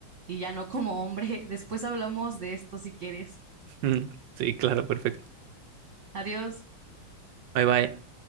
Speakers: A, on the right (about 40°); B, on the right (about 70°).
A: y ya no como hombre. <laughs> Después hablamos de esto si quieres.
B: <laughs> Sí, claro, perfecto.
A: Adiós.
B: Bye bye.